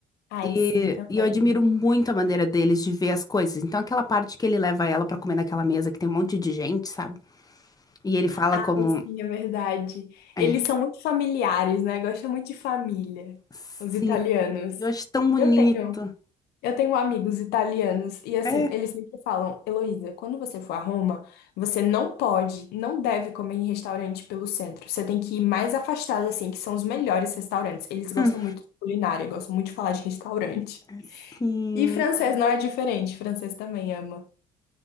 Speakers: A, on the left; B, on the left.
A: Ai,
B: E
A: sim, também.
B: e eu admiro muito a maneira deles de ver as coisas. Então, aquela parte que ele leva ela pra comer naquela mesa que tem um monte de gente, sabe? E ele fala
A: Ah,
B: como.
A: sim, é verdade.
B: é,
A: Eles são muito familiares, né? Gostam muito de família,
B: Sim,
A: os italianos.
B: eu acho tão bonito.
A: Eu tenho, eu tenho amigos italianos e assim,
B: É,
A: eles sempre falam, Heloísa, quando você for a Roma, você não pode, não deve comer em restaurante pelo centro. Você tem que ir mais afastado, assim, que são os melhores restaurantes. Eles gostam
B: hum,
A: muito de culinária, gostam muito de falar de restaurante.
B: assim,
A: E francês não é diferente, francês também ama.